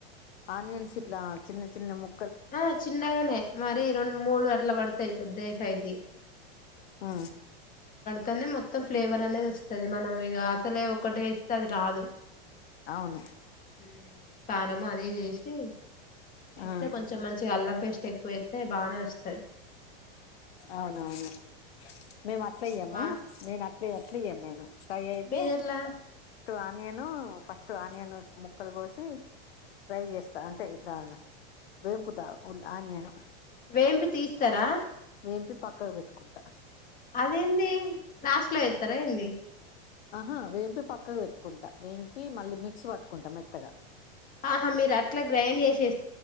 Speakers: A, on the left; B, on the left.
A: ఆనియన్స్ ఇట్లా చిన్న చిన్న ము
B: ఆ చిన్నగానే మరి రెండు మూడు అట్ల పడతాయి పెద్ద సైజి
A: ఆ
B: తనే మొం మొం ఫ్లేవర్ అనేది వస్తుది మనం ఇక అసలే ఒకడే ఇస్తే అది రాదు
A: అవును
B: ఉ కారం అది ఈది ఏసి వేస్తే
A: ఆ
B: కొంచెం మంచిగా అల్లం పేస్ట్ ఎక్కువ వేస్తే బానే వస్తుంది.
A: అవునవును మేము అట్ అయ్యాము
B: వా
A: నేను అట్ క్లియర్ క్లియర్ నేను పై అయితే
B: మీరెట్లా
A: ఆనియను ఫస్ట్ ఆనియను ము క్కలు కోసి ట్రై చేస్తా అంటే ఇట్లా వేంపుట ఉల్ ఆనియను
B: వేంపి తీస్తారా
A: దంపి పక్కగా పెట్టుకుంటా
B: అదేంది లాస్ట్ లో ఎతరా ఏంది
A: ఆహా వేపు పక్కగా పెట్టుకుంటా వంపి మళ్ళీ మిక్స్ పట్టుకుంటా మే త్తగా
B: ఆహా మీరు అట్లా గ్రైండ్ చేసే